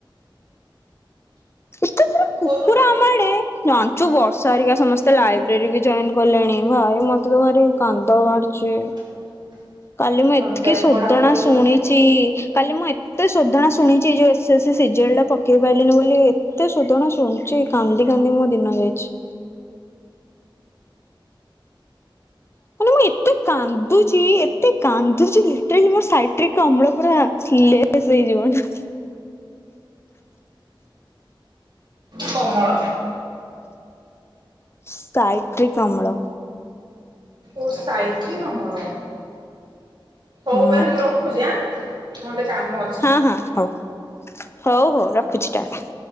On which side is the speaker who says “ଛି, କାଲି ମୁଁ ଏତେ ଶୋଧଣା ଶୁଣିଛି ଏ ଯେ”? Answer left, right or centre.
Left